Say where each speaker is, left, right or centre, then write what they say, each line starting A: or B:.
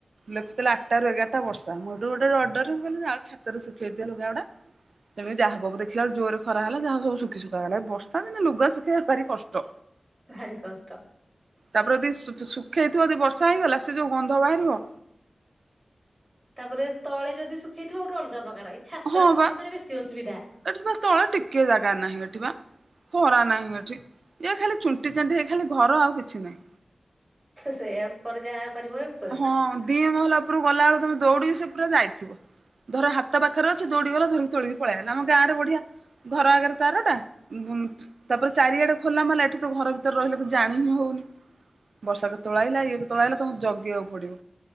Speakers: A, on the right; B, on the right.
A: ଲେଖୁଥିଲା ଆଠଟା ରୁ ଏଗାରଟା ବର୍ଷା, ମୁଁ ହେଠୁ ଗୋଟେ ରଡ ରେ ମୁଁ କହିଲି ଯାଉଚି ଛାତରେ ଶୁଖେଇଦିଏ ଲୁଗା ଗୁଡା ତେବେ ଯାହାବୁ ଦେଖିଲା ବେଳେ ଜୋରେ ଖରା ହେଲା ଯାହା ସବୁ ସୁଖିସୁଖା ଗଲା ବର୍ଷା ଦିନ ଲୁଗା ସୁଖ ଖିବା ଭାରି କଷ୍ଟ।
B: ଭାରି କଷ୍ଟ।
A: ତାପରେ ଯଦି ଶୁ-ଶୁଖେଇ ହେଇଥିବ ଯଦି ବର୍ଷା ହେଇଗଲା ସେ ଯୋଉ ଗନ୍ଧ ବାହାରିବ।
B: ତାପରେ ତଳେ ଯଦି ସୁଖେଇଥିବ ଗୋଟେ ଅଲଗ ପ୍ରକାର ଏଇ ଛାତରେ
A: ହଁ
B: ଶୁଖେଇ
A: ବା
B: ଥିଲେ ବେଶି ଅସୁବି
A: ଏଠି ବା ତଳେ ଟିକେ ଜାଗା ନାହିଁ ଏଠି ବା ଖରା ନାହିଁ ଏଠି ଯିଏ ଖାଲି ଚୁଣ୍ଟିଚାନ୍ତି ହେଇ ଖାଲି ଘର ଆଉ କିଛି ନାହିଁ।
B: ସେଇୟା ଉପରେ ଯାହା କରିବ ଉପରେ।
A: ହଁ ଦି ମହଲା ପରୁ ଗଲାବେଳୁ ତମେ ଦୌଡିକି ସେ ପୁରା ଯାଇଥିବ। ଧର ହାତ ପାଖରେ ଅଛି ଦୌଡି ଗଲେ ଧର ତୋଳିକି ପଲେଇ ଆଇଲ ଆମ ଗାଁରେ ବଢିଆ। ଘର ଆଗରେ ତାରଟା ଉଁ ତାପରେ ଚାରିଆଡେ ଖୋଲା ମଲେ ଏଠି ତ ଘର ଭିତରେ ରହିଲା କିଛି ଜାଣି ହିଁ ହଉ ବର୍ଷା କେତେବେଳେ ଆଇଲା ଇଏ କେତେବେଳେ ଆଇଲା ତମକୁ ଜଗିବାକୁ ପଡିବ।